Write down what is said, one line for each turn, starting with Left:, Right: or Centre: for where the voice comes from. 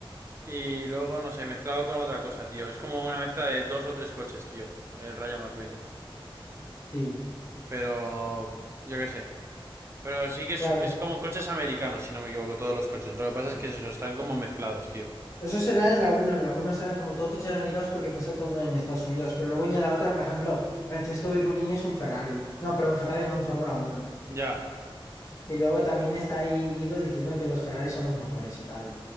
Right: Y luego, no sé, mezclado con otra cosa, tío. Es como una mezcla de dos o tres coches, tío. El Rayo McQueen.
Left: sí,
Right: Pero, yo qué sé. Pero sí que es,
Left: Claro.
Right: es como coches americanos, si no me equivoco, todos los coches. Lo
Left: sí.
Right: que pasa es que es eso, están como mezclados, tío.
Left: Eso será en la 1. En la 1 será como todo coches americanos porque pasa todo en Estados Unidos. Pero luego ya en la otra, por ejemplo, Francesco Virgolini es un Ferrari. No, pero un Ferrari, no un Fórmula Uno
Right: Ya.
Left: Y luego también está ahí Guido diciendo que los Ferrari son los mejores y tal.